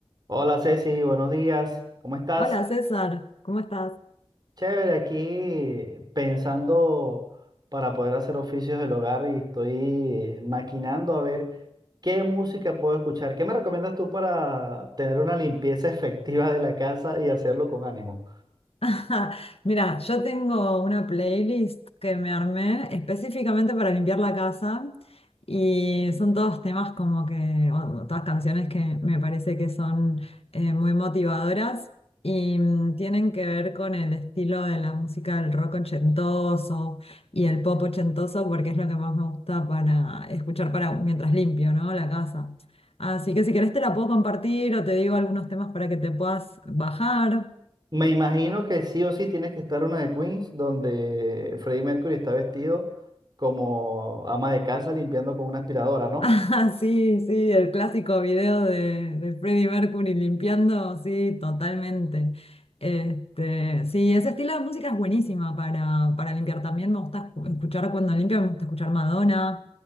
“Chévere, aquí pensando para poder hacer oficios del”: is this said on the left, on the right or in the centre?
Right